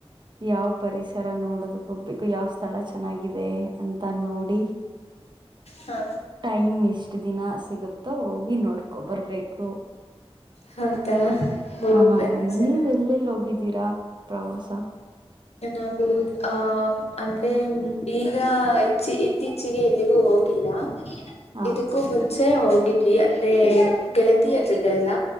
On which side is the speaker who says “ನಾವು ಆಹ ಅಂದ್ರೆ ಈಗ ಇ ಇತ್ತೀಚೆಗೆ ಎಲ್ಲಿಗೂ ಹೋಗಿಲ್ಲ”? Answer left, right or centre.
Left